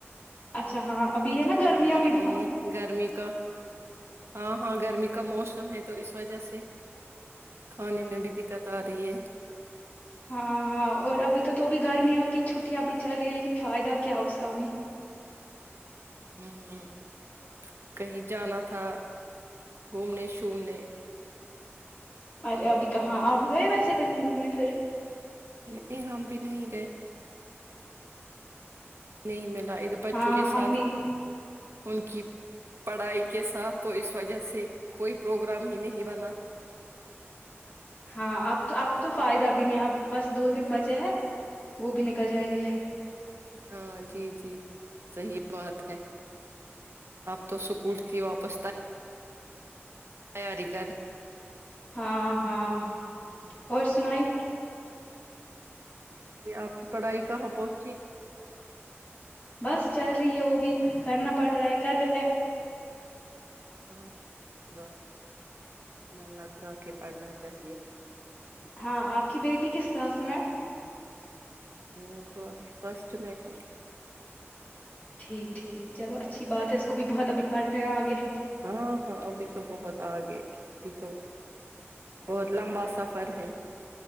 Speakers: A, on the left (about 35°); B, on the right (about 65°).
A: اچھا ہاں ابھی ہے نا گرمیاں
B: آپ بتائیے
A: بھی بہت
B: گرمی کا ہاں ہاں گرمی کا موسم ہے تو اس وجہ سے کھانے میں بھی دقت آ رہی ہے
A: ہاں ہاں اور ابھی تو تو بھی گرمیوں کی چھٹیاں اب چل رہی ہے لیکن فائدہ کیا اس کا بھی
B: امم امم کہیں جانا تھا گھومنے شومنے
A: ارے ابھی کہاں آپ گئے ویسے کہیں گھومنے پھر
B: نہیں ہم بھی نہیں گئے نہیں ملا ادھر بچوں
A: ہاں
B: کے
A: ہم
B: ساتھ
A: بھی
B: ان کی پڑھائی کے ساتھ تو اس وجہ سے کوئی پروگرام ہی نہیں بنا
A: ہاں اب تو آب تو فائدہ بھی نہیں اب بس دو دن بچے ہیں وہ بھی نکل جائیں گے
B: ہاں جی جی صحیح بات ہے آپ تو اسکول کی واپس تیا تیاری کر
A: ہاں ہاں اور سنائی
B: جی آپ کی پڑھائی کہاں پہنچی
A: بس چل رہی ہے وہ بھی کرنا پڑ رہا ہے کر رہے ہیں
B: ہاں ہاں اچھی بات ہے من لگا کے پڑھنا چاہیے
A: ہاں آپ کی بیٹی کس کلاس میں ہے
B: وہ تو ابھی فرسٹ میں ہے
A: ٹھیک ٹھیک چلو اچھی بات ہے اس کو بھی بہت ابھی پڑھنے ہے آگے
B: ہاں ہاں ابھی تو بہت آ گے ابھی تو بہت لمبا سفر ہے